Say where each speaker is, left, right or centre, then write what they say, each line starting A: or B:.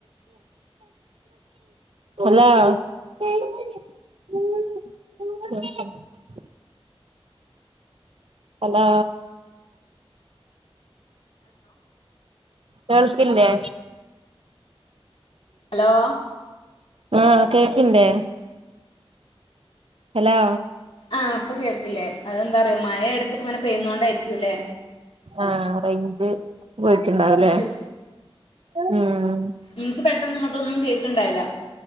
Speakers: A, on the right; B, on the left.
A: ഹലോ. <unintelligible> ഹലോ കേൾക്കില്ലേ?
B: ഹലോ
A: ആഹ് കേക്ക്ണ്ടേ. ഹലോ.
B: ആഹ് ഇപ്പൊ കേൾക്ക്ല്ലേ അതെന്താറ്യോ മഴ എടക്ക്പ്പ ങ്ങനെ പെയ്യ്ന്നോണ്ടായിരിക്കു ല്ലേ.
A: ആഹ് റെയ്ഞ്ച് പോയിട്ട്ണ്ടാവുലേ.
B: ഇഷ്യൂ
A: ഉം
B: ഇൻക്ക് പെട്ടെന്ന് ഇങ്ങോട്ടൊന്നും കേക്ക്ണ്ടായില്ല.